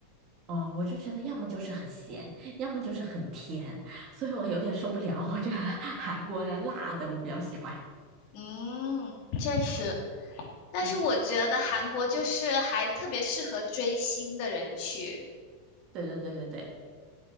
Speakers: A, on the right; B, on the left.
A: 哦，我就觉得要么就是很咸，要么就是很甜，所以我有点受不了。我觉得韩国的辣的我比较喜欢。
B: 嗯，确实，但是我觉得韩国就是还特别适合追星的人去，
A: 嗯，对对对对对，